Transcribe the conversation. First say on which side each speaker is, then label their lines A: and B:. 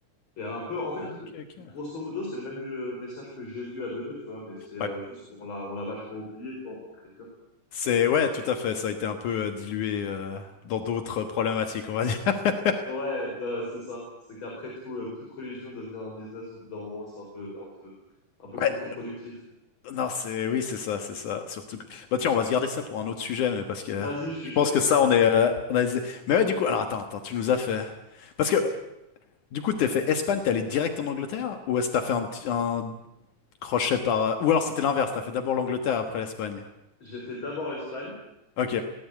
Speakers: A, on the left; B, on the left.
A: Et, et un peu, en fait,
B: Ok,
A: euh,
B: ok.
A: grosso modo, c'est le même euh, message que Jésus a donné, tu vois, mais c'est euh,
B: Ouais.
A: juste qu'on l'a, on l'a vachement oublié, tu vois, en tant que chrétien.
B: C'est, ouais, tout à fait. Ça a été un peu euh, dilué euh, dans d'autres problématiques, on va dire. <laughs>
A: Ouais, non, c'est ça. C'est qu'après tout, euh, toute religion devient un business au bout d'un moment, c'est un peu, un peu, un peu contre-productif.
B: Ouais. Non, c'est oui, c'est ça, c'est ça. Surtout que... Bah tiens, on va se garder ça pour un autre sujet, mais parce que euh,
A: Vas-y, je suis
B: je
A: chaud,
B: pense que ça,
A: carrément.
B: on est, euh, on a... des- Mais ouais, du coup, alors attends, attends, tu nous as fait. Parce que du coup, t'es fait Espagne, t'es allé direct en Angleterre, ou est-ce que t'as fait un, petit- un crochet par. euh, Ou alors c'était l'inverse, t'as fait d'abord l'Angleterre après l'Espagne.
A: J'ai fait d'abord l'Espagne.
B: Ok,